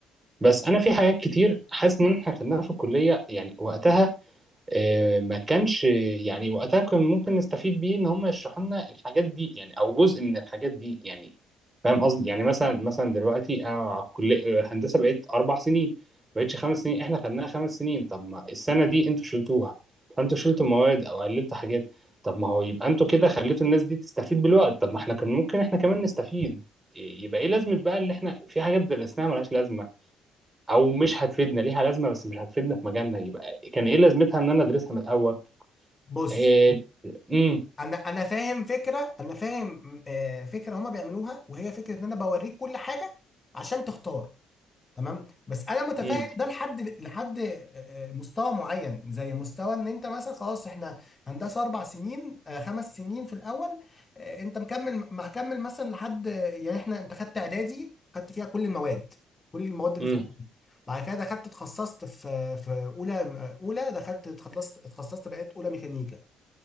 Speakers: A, on the right; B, on the left.
A: بس انا في حاجات كتير حاسس ان احنا خدناها في الكليه يعني وقتها آه، ما كانش يعني وقتها كان ممكن نستفيد بيه ان هم يشرحوا لنا الحاجات دي يعني او جزء من الحاجات دي يعني فاهم قصدي يعني مثلا مثلا دلوقتي انا على الكليه هندسه بقيت اربع سنين ما بقتش خمس سنين احنا خدناها خمس سنين طب ما السنه دي انتوا شلتوها فانتوا شلتوا مواد او قللتوا حاجات طب ما هو يبقى انتوا كده خليتوا الناس دي تستفيد بالوقت طب ما احنا كان ممكن احنا كمان نستفيد آه، يبقى ايه لازمه بقى اللي احنا في حاجات درسناها ملهاش لازمه او مش هتفيدنا ليها لازمه بس مش هتفيدنا في مجالنا يبقى كان ايه لازمتها ان انا ادرسها من الاول
B: بص
A: إيه... امم
B: انا انا فاهم فكره انا فاهم آه، فكره هما بيعملوها وهي فكره ان انا بوريك كل حاجه عشان تختار تمام بس انا متفاهم
A: امم
B: ده لحد لحد آه، آه، مستوى معين زي مستوى ان انت مثلا خلاص احنا هندسه اربع سنين آه، خمس سنين في الاول آه، انت مكمل مكمل مثلا لحد يعني احنا انت خدت اعدادي خدت فيها كل المواد كل المواد اللي
A: امم
B: في الكليه بعد كده دخلت اتخصصت في في اولى اولى دخلت اتخصصت اتخصصت بقيت اولى ميكانيكا